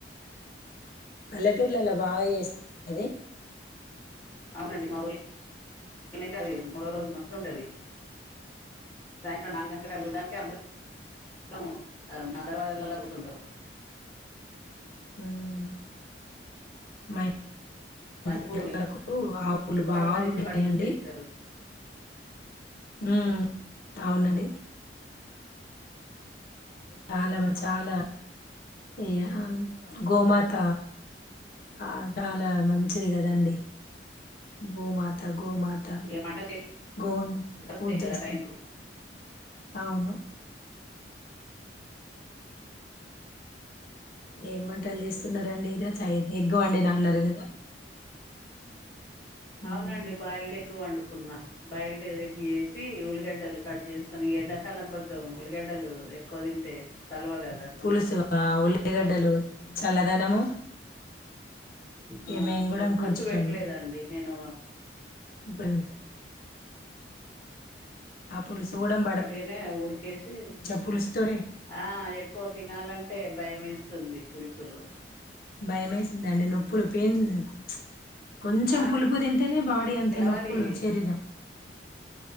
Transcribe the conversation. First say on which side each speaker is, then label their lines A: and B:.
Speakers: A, on the left; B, on the left.
A: పల్లెటూర్లలో బాగా చేస్తం ఇది
B: అవునండి మా ఊర్లో అది మూడో రోజు మస్తు ఉంటుంది సాయంత్రం నాలుగు గంటలకు ఆళ్ళు చూడ్డానికి అందరం మా దర్వాజాలల్ల కూర్చుంటాం
A: హుమ్ మై
B: బంతిపూలు
A: దీని పిల్లలకు ఆవులు
B: ఎక్కడున్నా
A: బాగున్నాయండి
B: తెచ్చి వాటికి గుచ్చేస్తారు
A: హు అవునండి చాల మన చానా ఏ గోమాత ఆడల మంచి మంచిది కదండి భూమాత గోమాత
B: ఇక పంటలు
A: గోవును
B: చేతికొస్తాయి
A: పూజ చేస్తే
B: కదా టైం కు
A: అవును ఏమ్ వంటలు చేస్తున్నరండి ఈరోజు చ ఎగ్ వండిన అన్నారు కదా మ్మ్.
B: అవునండి బాయీల్డ్ ఎగ్ వండుకున్నా బాయిల్డ్ ఎగ్గూ వేసి ఉలిగడ్డలు కట్ చేసుకొని ఎండాకాలం కొంచెం ఉల్లిగడ్డలు ఎక్కువ తింటే సలవ కదా
A: పులుసు ఉల్లిగడ్డలు చల్లదనము
B: ఆ
A: మేము కూడా
B: ఇగ పులుసు
A: కొంచెం
B: పెట్టలేదండి నేను
A: ఇప్పుడేంది ఆ పులుసు కూడం
B: వట్టిగానే ఉడికేసి
A: పులుసుతోనే
B: ఆ ఎక్కువ తినాలంటే అంటే భయమేస్తుంది పులుసులు
A: భయమేసిందండి నొప్పులు పెయిన్స్ నాకు కొంచెం
B: ఆ
A: పులుపు తింటేనే బాడీఅంత
B: తెల్లవారి
A: నొప్పులు శరీరం